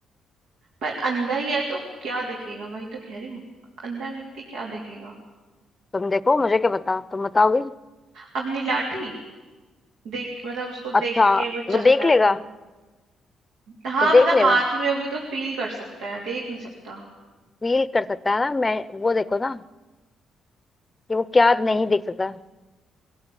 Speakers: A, on the right (about 85°); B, on the left (about 20°).
A: पर अंधा ही है तो क्या देखेगा वही तो कह रही हूँ अंधा व्यक्ति क्या देखेगा
B: तुम देखो मुझे क्या बताओ तुम बताओगे
A: अपनी लाठी देख मतलब उसको देख
B: अच्छा
A: के वो
B: वो
A: चलता
B: देख लेगा
A: है तो हाँ
B: वो देख
A: मतलब
B: लेगा
A: हाथ में होगी तो फील कर सकता है देख नहीं सकता
B: फील कर सकता है ना मैं वो देखो ना कि वो क्या नहीं देख सकता